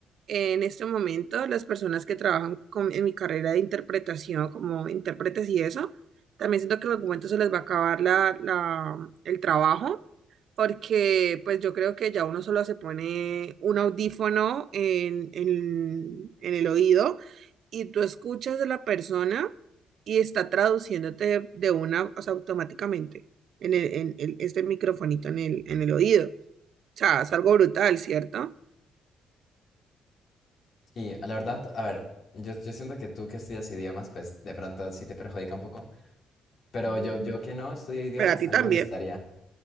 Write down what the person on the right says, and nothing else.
en este momento las personas que trabajan con- en mi carrera de interpretación como intérpretes y eso, también siento que en algún momento se les va a acabar la, la- el trabajo, porque pues yo creo que ya uno solo se pone un audífono en, en en el oído y tú escuchas a la persona y está traduciéndote de una, o sea, automáticamente en, el, en el- este microfonito en el, en el oído. O sea, es algo brutal, ¿cierto?
Mm,
Para ti
también.